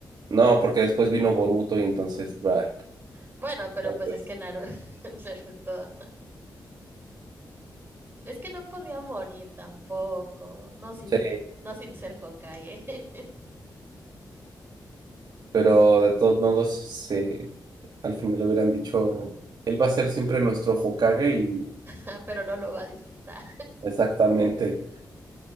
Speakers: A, on the right; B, on the right.
A: No, porque después vino Boruto y entonces, bah,
B: Bueno, pero
A: entonces,
B: pues es que Naru- <laughs> Naruto, es que no podía morir tampoco, no sin,
A: sí,
B: no sin ser Hokage, <laughs>
A: pero de todos modos, sí, Al final le hubieran dicho, él va a ser siempre nuestro Hokage y
B: Ah, pero no lo va a disfrutar,
A: exactamente.